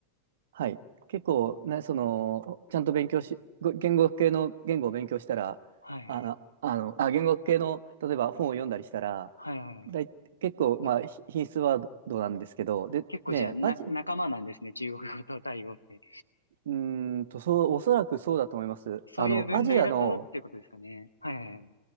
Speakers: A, on the right (about 60°); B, on the left (about 85°).
A: はい。結構、ね、その、ちゃんと勉強し、ご言語学系の言語を勉強したら、
B: はいはいはい。
A: あ、あの、あ、言語学系の、例えば本を読んだりしたら、
B: はいはい
A: だい、結構、まあ、
B: お
A: ひ品質ワードなんですけど、で、
B: 結構じゃあ、
A: ね、
B: な、
A: アジ、
B: 仲間なんですね。中国語とタイ語って。
A: うーんと、そう、おそらくそうだと思います。
B: そういう分類だとっていうことですかね。
A: あの、アジアの、
B: はいはいはい。